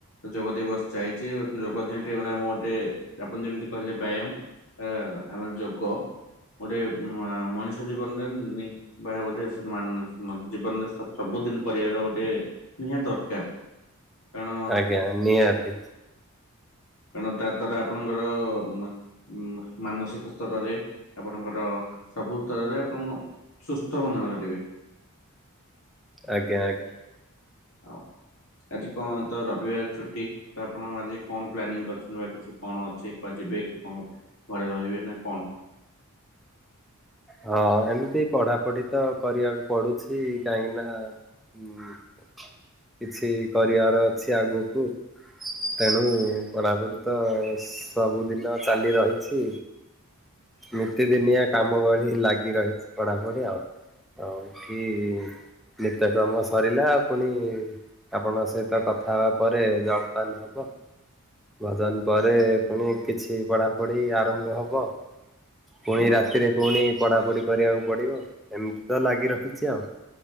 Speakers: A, on the left (about 65°); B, in the centre.
A: ଯୋଗ ଦିବସ ଯାଇଛି ଯୋଗ ଯେଉଁଠି ମୁଁ ଗୋଟେ ଯେମିତି କହିଲେ ବ୍ୟାୟାମ ଆ ଆମର ଯୋଗ ଗୋଟେ ମଣିଷ ଜୀବନରେ ଉମ୍ ବା ଗୋଟେ ଜୀବନ ଜିବନରେ ସବୁଦିନ କରିବାର ଗୋଟେ ନିହାତି ଦରକାର। କାରଣ
B: ଆଜ୍ଞା ନିହାତି।
A: କାରଣ ତା ଦ୍ଵାରା ଆପଣଙ୍କର ମ-ମ-ମାନସିକ ସ୍ତରରେ ଆପଣଙ୍କର ସବୁ ସ୍ତରରେ ଆପଣଙ୍କୁ ସୁସ୍ଥ ଅନୁଭବ କାରିବେ।
B: ଆଜ୍ଞା ଆଜ୍ଞା।
A: ହଉ। ଆଜି କଣ ତ ରବିବାର ଛୁଟି ତ ଆପଣ ଆଜି କଣ ପ୍ଲାନିଂ କରିଛନ୍ତି ବା କିଛି କଣ ଅଛି ଏବେ କଣ ଘରେ ରହିବେ ନା କଣ?
B: ହଁ ଏମିତି ପଢା ପଢି ତ କରିବାକୁ ପଡୁଛି କାହିଁକି ନା ହଁ କିଛି କରିବାର ଅଛି ଆଗକୁ। ତେଣୁ ପଢ଼ାପଢ଼ି ତ ସବୁଦିନ ଚାଲି ରହିଛି। ନିତିଦିନିଆ କାମ ଭଳି ଲାଗି ରହିଛି ପଢାପଢି ଆଉ। ଆଉ ଏଠି ନିତ୍ୟକ୍ରମ ସରିଲା, ପୁଣି ଆପଣଙ୍କ ସହିତ କଥା ହେବା ପରେ ଜଳପାନ ହବ। ଭଜନ ପରେ ପୁଣି କିଛି ପଢାପଢି ଆରମ୍ଭ ହବ। ପୁଣି
A: ବହୁତ
B: ରାତିରେ ପୁଣି ପଢାପଢି କରିବାକୁ ପଡିବ ଏମିତି ତ ଲାଗି ରହିଛି ଆଉ।